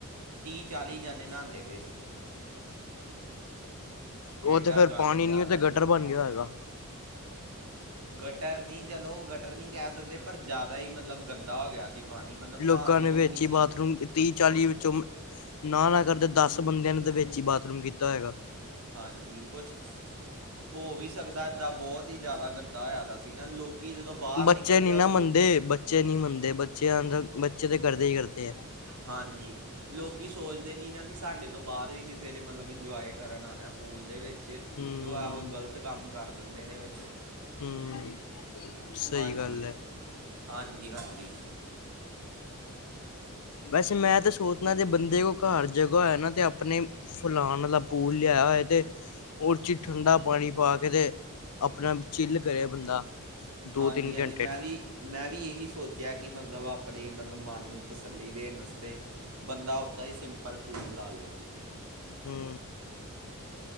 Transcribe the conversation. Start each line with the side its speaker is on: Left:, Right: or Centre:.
Right: ਤੀਹ ਚਾਲੀ ਜਣੇ ਨਹਾਉਂਦੇ ਪਏ ਸੀ।
Left: ਉਹ
Right: ਐਡਾ
Left: ਤੇ ਫੇਿਰ
Right: ਗੰਦ
Left: ਪਾਣੀ
Right: ਪਿਆ
Left: ਨੀ ਉਹ
Right: ਦਾ
Left: ਤੇ ਗਟਰ
Right: ਸੀ
Left: ਬਣ ਗਿਆ ਹੋਏਗਾ।
Right: ਗਟਰ ਨਹੀਂ ਚਲੋ ਗਟਰ ਨਹੀਂ ਕਹਿ ਸਕਦੇ ਪਰ ਜ਼ਿਆਦਾ ਹੀ ਮਤਲਬ ਗੰਦਾ ਹੋ ਗਿਆ ਸੀ। ਪਾਣੀ ਮਤਲਬ
Left: ਲੋਕਾਂ
Right: ਨਹਾਨ ਯੋਗ
Left: ਨੇ ਵਿੱਚ
Right: ਨਹੀਂ ਸੀ।
Left: ਹੀ ਬਾਥਰੂਮ ਤੀਹ ਚਾਲੀ ਵਿੱਚੋਂ ਨਾ-ਨਾ ਕਰਦੇ ਦਸ ਬੰਦਿਆਂ ਨੇ ਦੇ ਵਿੱਚ ਹੀ ਬਾਥਰੂਮ ਕੀਤਾ ਹੋਏਗਾ।
Right: ਹਾਂਜੀ ਕੁਛ ਹੋ ਵੀ ਸਕਦਾ ਏਦਾਂ ਬਹੁਤ ਹੀ ਜਾਦਾ ਗੰਦਾ ਹੋਇਆ ਦਾ ਸੀ ਨਾ ਲੋਕੀ ਜਦੋਂ ਬਾਹਰ
Left: ਬੱਚੇ
Right: ਨਿਕਲਦੇ
Left: ਨੀ
Right: ਆ
Left: ਨਾ
Right: ਉਹ
Left: ਮੰਨਦੇ,
Right: ਸੋ
Left: ਬੱਚੇ ਨੀ ਮੰਨਦੇ ਬੱਚੇ ਅੰਦਰ ਬੱਚੇ ਤਾਂ ਕਰਦੇ ਹੀ ਕਰਦੇ ਹੈ।
Right: ਹਾਂਜੀ। ਲੋਕੀ ਸੋਚਦੇ ਨੀ ਨਾ ਕਿ ਸਾਡੇ ਤੋਂ ਬਾਦ ਵੀ ਕਿਸੇ ਨੇ ਮਤਲਬ ਇੰਜੋਏ ਕਰਨ ਆਣਾ ਪੂਲ ਦੇ ਵਿ ਤੇ
Left: ਹਮ
Right: ਉਹ ਇਹੋ ਗ਼ਲਤ ਕੰਮ ਕਰ ਦਿੰਦੇ ਨੇ ਵਿੱਚ।
Left: ਹਮ ਸਹੀ
Right: ਹਾਂਜੀ-ਹਾਂਜੀ,
Left: ਗੱਲ ਹੈ
Right: ਹਾਂਜੀ।
Left: ਵੈਸੇ ਮੈਂ ਤਾਂ ਸੋਚਦਾ ਜੇ ਬੰਦੇ ਕੋਲ ਘਾਰ ਜਗ੍ਹਾ ਹੈ ਨਾ ਤੇ ਆਪਣੇ ਫਲਾਨ ਵਾਲਾ ਪੂਲ ਲਿਆਆ ਹੋਏ ਤੇ ਉਹ ਚ ਠੰਡਾ ਪਾਣੀ ਪਾ ਕੇ ਤੇ ਆਪਣਾ ਚੀਲ ਕਰੇ ਬੰਦਾ। ਦੋ
Right: ਹਾਂਜੀ-ਹਾਂਜੀ
Left: ਤਿੰਨ ਘੰਟੇ
Right: ਮੈਂ ਵੀ ਮੈਂ ਵੀ ਇਹੀ ਸੋਚਿਆ ਕਿ ਮਤਲਬ ਆਪਣੇ ਮਤਲਬ ਮਨ ਨੂੰ ਤਸੱਲੀ ਦੇਣ ਆਸਤੇ। ਬੰਦਾ ਉੱਦਾ ਹੀ ਸਿੰਪਲ ਪੂਲ ਲਾ ਲੈ।
Left: ਹੂੰ